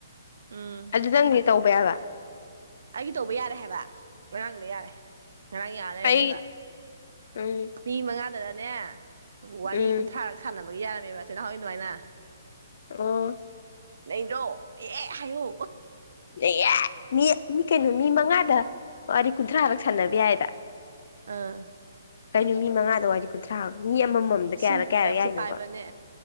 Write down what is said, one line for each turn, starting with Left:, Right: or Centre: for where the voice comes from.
Right: ꯎꯝ
Left: ꯑꯗꯨꯗꯪꯗꯤ ꯇꯧꯕ ꯌꯥꯕ
Right: ꯑꯩꯒꯤ ꯇꯧꯕ ꯌꯥꯔꯦ ꯍꯥꯏꯕ ꯉꯔꯥꯡꯗ ꯌꯥꯔꯦ ꯉꯔꯥꯡ ꯌꯥꯔ ꯂꯩꯔꯝꯃꯦꯕ
Left: ꯑꯩ ꯎꯝ
Right: ꯃꯤ ꯃꯉꯥꯗꯅꯅꯦ ꯋꯥꯔꯤ
Left: ꯎꯝ
Right: ꯀꯨꯟꯊ꯭ꯔꯥꯔꯛ ꯁꯥꯟꯅꯕꯅꯦ ꯌꯥꯔꯝꯃꯦꯕꯁ ꯅꯍꯣꯏ ꯃꯥꯏꯅ
Left: ꯑ <unintelligible> <inaudible>
Right: ꯅꯗꯣ ꯑꯦ ꯍꯥꯏꯌꯨ
Left: ꯑꯦ ꯃꯤ ꯃꯤ ꯀꯩꯅꯣ ꯃꯤ ꯃꯉꯥꯗ ꯋꯥꯔꯤ ꯀꯨꯟꯊ꯭ꯔꯥꯔꯛ ꯁꯥꯟꯅꯕ ꯌꯥꯏꯗ
Right: ꯑꯥ
Left: ꯀꯩꯅꯣ ꯃꯤ ꯃꯉꯥꯗ ꯋꯥꯔꯤ ꯀꯨꯟꯊ꯭ꯔꯥ ꯃꯤ ꯑꯃꯃꯝꯗ ꯀꯌꯥꯔꯛ
Right: ꯁꯤ
Left: ꯀꯌꯥꯔꯛ
Right: ꯑꯦꯞꯁꯦ
Left: ꯌꯥꯏꯅꯣꯕ
Right: ꯄꯥꯏꯕꯅꯦ